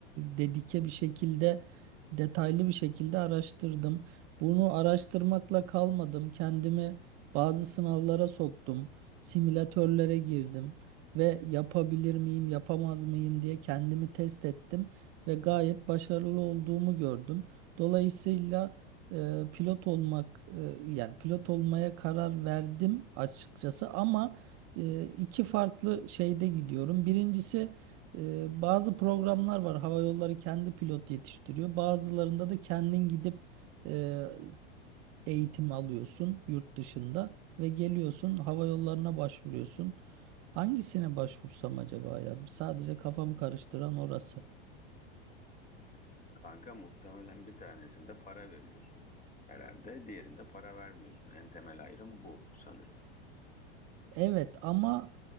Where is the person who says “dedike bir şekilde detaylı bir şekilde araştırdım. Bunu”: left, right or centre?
Right